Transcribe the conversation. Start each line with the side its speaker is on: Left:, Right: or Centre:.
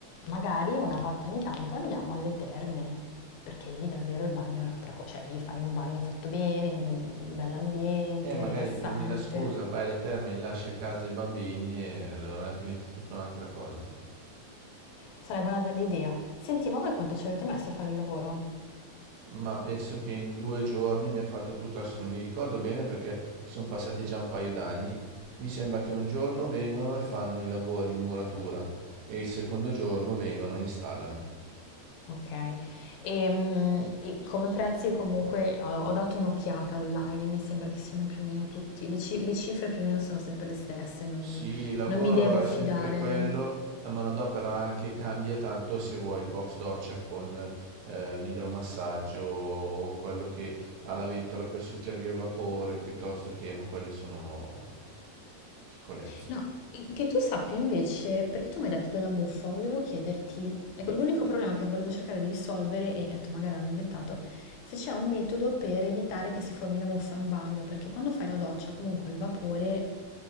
Left: magari una volta ogni tanto andiamo alle terme, perché lì davvero il bagno è un'altra cosa, cioè lì fai un bagno fatto bene, in un bell'ambiente,
Right: E magari
Left: rilassante.
Right: prendi la scusa, vai alle terme e lasci a casa i bambini e allora diventa tutta un'altra cosa.
Left: Sarebbe una bella idea. Senti, ma voi quanto ci avete messo a fare il lavoro?
Right: Ma penso che in due giorni abbiamo fatto tutto, adesso non mi ricordo bene perché sono passati già un paio d'anni. Mi sembra che un giorno vengono e fanno i lavori in muratura e il secondo giorno vengono e installano.
Left: Ok. E, mm, e come prezzi comunque ho, ho dato un'occhiata online e mi sembra che siano più o meno tutti, le, ci- le cifre più o meno sono sempre le stesse, non,
Right: Sì, il lavoro
Left: non mi devo
Right: è
Left: fidare.
Right: sempre quello, la manodopera anche cambia tanto se vuoi il box doccia con eh, l'idromassaggio o quello che ha la ventola per succhiarvi il vapore piuttosto che, ma quelle sono piccolezze.
Left: No, che tu sappia invece, perché tu mi hai detto della muffa, volevo chiederti, ecco, l'unico problema che volevo cercare di risolvere, e ho detto magari l'hanno inventato, se c'è un metodo per evitare che si formi la muffa in bagno, perché quando fai la doccia comunque il vapore,